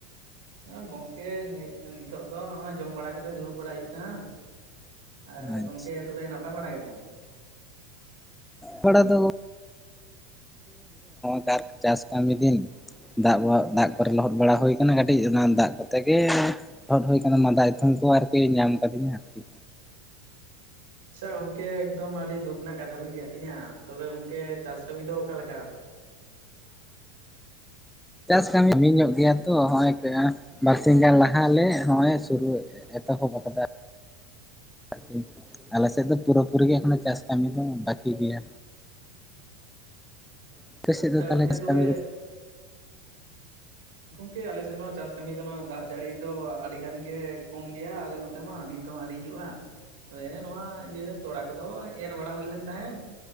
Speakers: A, on the right; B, in the centre.
A: ᱦᱚᱜᱚᱭ ᱜᱚᱝᱠᱮ ᱱᱤᱭᱹ ᱱᱤᱛᱳᱜ ᱫᱚ ᱦᱚᱜᱚᱭ ᱡᱚᱢ ᱵᱟᱲᱟ ᱠᱟᱛᱮ ᱫᱩᱲᱩᱵ ᱵᱟᱲᱟ ᱦᱩᱭᱩᱜ ᱠᱟᱱᱟ᱾ ᱟᱨ
B: ᱟᱪᱪᱷᱟ
A: ᱜᱚᱝᱠᱮ ᱛᱚᱵᱮ ᱱᱟᱯᱟᱭ ᱵᱟᱲᱟ ᱜᱮᱛᱚ?
B: ᱦᱚᱲᱟ ᱫᱚ <inaudible> ᱪᱟᱥ ᱠᱟᱹᱢᱤ ᱫᱤᱱ᱾ ᱫᱟᱜ-ᱵᱚ ᱫᱟᱜ ᱠᱚᱨᱮ ᱞᱚᱦᱚᱫ ᱵᱟᱲᱟ ᱦᱳᱭ ᱠᱟᱱᱟ ᱠᱟᱹᱴᱤᱡ ᱚᱱᱟ ᱫᱟᱜ ᱠᱚᱛᱮ ᱜᱮ ᱞᱚᱦᱚᱫ ᱦᱩᱭ ᱠᱟᱱᱟ ᱢᱟᱸᱫᱟ ᱮᱛᱚᱢ ᱠᱚ ᱟᱨᱠᱤ ᱧᱟᱢ ᱠᱟᱫᱤᱧᱟ ᱟᱨᱠᱤ᱾
A: ᱟᱪᱪᱷᱟ ᱜᱚᱝᱠᱮ ᱮᱠᱫᱚᱢ ᱟᱹᱰᱤ ᱫᱩᱠ ᱨᱮᱱᱟᱜ ᱠᱟᱛᱷᱟ ᱵᱤᱱ ᱞᱟᱹᱭᱟᱜ ᱞᱤᱧᱟ ᱛᱚᱵᱮ ᱜᱚᱝᱠᱮ ᱪᱟᱥ ᱠᱟᱹᱢᱤ ᱫᱚ ᱚᱠᱟᱞᱮᱠᱟ? <inaudible>
B: ᱪᱟᱥ ᱠᱟᱹᱢᱤ <unintelligible> ᱧᱚᱜ ᱜᱮᱭᱟ ᱛᱚ ᱦᱚᱜᱚᱭ <unintelligible> ᱵᱟᱨᱥᱤ ᱜᱟᱱ ᱞᱟᱦᱟᱞᱮ ᱦᱚᱜᱚᱭ ᱥᱩᱨᱩ ᱮᱛᱚᱦᱚᱵ ᱟᱠᱟᱫᱟ᱾ ᱟᱠᱤ ᱟᱞᱮ ᱥᱮᱫ ᱫᱚ ᱯᱩᱨᱟᱹᱯᱩᱨᱤ ᱜᱮ ᱮᱠᱷᱚᱱᱳ ᱪᱟᱥ ᱠᱟᱹᱢᱤ ᱫᱚ ᱵᱟᱠᱤ ᱜᱮᱭᱟ᱾ ᱟᱯᱮ
A: ᱟᱪᱪᱷᱟ
B: ᱥᱮᱫ ᱫᱚ
A: ᱜᱚᱝᱠᱮ
B: ᱛᱟᱦᱚᱞᱮ ᱪᱟᱥ
A: ᱛᱚᱵᱮ,
B: ᱠᱟᱹᱢᱤ ᱠᱚᱫᱚ
A: ᱜᱚᱝᱠᱮ ᱟᱞᱮ ᱥᱮᱱᱦᱚᱸ ᱪᱟᱥ ᱠᱟᱹᱢᱤ ᱫᱚ ᱱᱚᱜᱚᱭ ᱫᱟᱜ ᱡᱟᱹᱲᱤ ᱫᱚ ᱟᱹᱰᱤ ᱜᱟᱱ ᱜᱮ ᱠᱚᱢ ᱜᱮᱭᱟ ᱟᱞᱮ ᱱᱚ ᱛᱮ ᱢᱟ ᱱᱤᱛ ᱦᱚᱸ ᱟᱹᱨᱤ ᱦᱤᱡᱩᱜᱼᱟ᱾ ᱦᱮ ᱱᱚᱣᱟ ᱤᱭᱟᱹ ᱛᱚᱲᱟ ᱠᱚᱫᱚ ᱮᱨ ᱵᱟᱲᱟ ᱦᱩᱭ ᱞᱮᱱ ᱛᱟᱦᱮᱸᱱ᱾